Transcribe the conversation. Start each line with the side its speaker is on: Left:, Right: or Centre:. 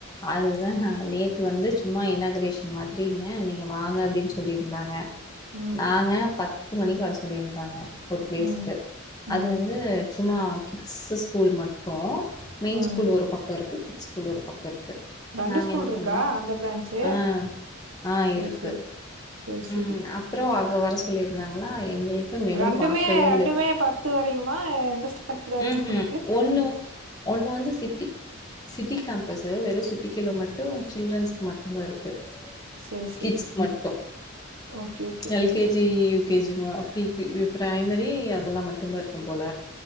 Left: அதுதா நாங்க நேத்து வந்து சும்மா இனாக்ரேஷன் மாதிரிங்க நீங்க வாங்க அப்டின் சொல்லியிருந்தாங்க
Right: ம்
Left: நாங்க பத்து மணிக்கு வர சொல்லியிருந்தாங்க ஒரு பிளேஸ்க்கு
Right: ம் ம்
Left: அது வந்து சும்மா கிட்ஸ் ஸ்கூல் மட்டு மெயின்
Right: ம்
Left: ஸ்கூல் ஒரு பக் க இருக்கு கிட்ஸ் ஸ்கூல் ஒரு பக்கோ இருக்கு
Right: ரெண்டு
Left: நாங்க
Right: ஸ்கூல்
Left: என்ன
Right: இருக்கா
Left: பண்ணோ
Right: அந்த பிரான்ச்சு
Left: ஆ ஆ
Right: சரி
Left: இருக்கு
Right: சரி சரி
Left: ம்
Right: சரி
Left: அப்றோ அங்க வர சொல்லியிருந்தாங்ளா எங் ளுக்கு மெனு
Right: ரெண்டுமே
Left: பாக்கவே
Right: ரெண்டுமே
Left: இல்ல
Right: பத்து வரைக்குமா எந்த ஸ்டாண்டர்ட் வரைக்கும்
Left: ம்ஹூம்
Right: இருக்கு
Left: ஒன்னு ஒன்னு வந்து சிட்டி சிட்டி கேம்பஸ்ஸு வெறு சிட்டி குள்ள மட்டு சில்டரன்ஸ்க் மட் டு தா இருக்கு
Right: சரி சரி
Left: கிட்ஸ்க்கு மட்டு
Right: okay okay
Left: LKG UKG pre K primary அதெல்லா மட்டுதா இருக்கு போல